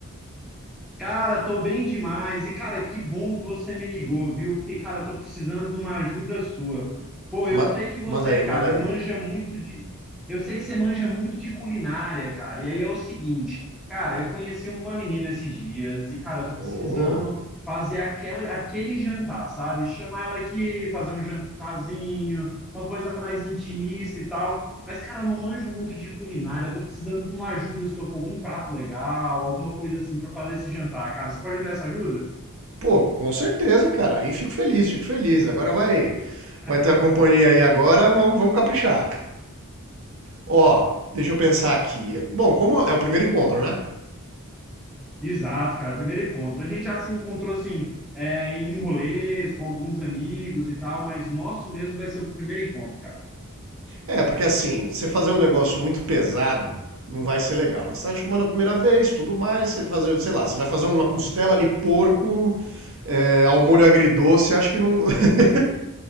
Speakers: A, in the centre; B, on the right (about 65°).
A: Cara, tô bem demais. E, cara, que bom que você me ligou, viu? Porque, cara, eu tô precisando de uma ajuda sua. Pô,
B: Ma-
A: eu sei que você,
B: manda aí,
A: cara,
B: manda aí.
A: manja muito de. Eu sei que você manja muito de culinária, cara. E aí é o seguinte, cara, eu conheci uma menina esses dias e, cara, eu tô precisando
B: Ô,
A: fazer aquela, aquele jantar, sabe? Chamar ela aqui, fazer um jantarzinho, uma coisa mais intimista e tal. Mas, cara, eu não manjo muito de culinária. Eu tô precisando de uma ajuda sua com algum prato legal, alguma coisa assim para fazer esse jantar, cara. Você pode me dar essa ajuda?
B: pô, com certeza, cara. Aí fico feliz, fico feliz. Agora vai,
A: <laughs>
B: vai ter a companhia aí agora, vamos, vamos caprichar. Ó, deixa eu pensar aqui. Bom, como é o primeiro encontro, né?
A: Exato, cara. Primeiro encontro. A gente já se encontrou assim, é, em rolês, com alguns amigos e tal, mas nosso mesmo vai ser o primeiro encontro, cara.
B: É, porque assim, você fazer um negócio muito pesado não vai ser legal. Né? Você tá chamando a primeira vez, tudo mais, você fazer, sei lá, você vai fazer uma costela de porco é, ao molho agridoce, acho que não. <laughs>